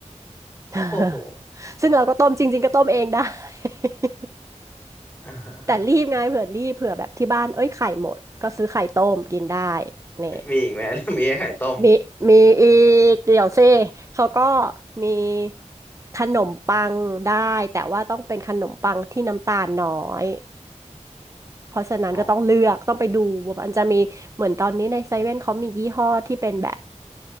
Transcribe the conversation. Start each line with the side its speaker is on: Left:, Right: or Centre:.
Right: <laughs>
Left: โอ้โห
Right: ซึ่งเราก็ต้มจริงๆก็ต้มเองได้ <laughs>
Left: <laughs> อ่าฮะฮะ
Right: แต่รีบไงเผื่อรีบเผื่อแบบที่บ้านเอ้ยไข่หมดก็ซื้อไข่ต้มกินได้เนี่ย
Left: มีอีกไหมหรือมีแค่ไข่ต้ม
Right: มีมีอีกเดี๋ยวเซิเขาก็มีขนมปังได้แต่ว่าต้องเป็นขนมปังที่น้ำตาลน้อยเพราะฉะนั้นก็ต้องเลือกต้องไปดูว่ามันจะมีเหมือนตอนนี้ในเซเว่นเขามียี่ห้อที่เป็นแบบ
Left: อ๋อ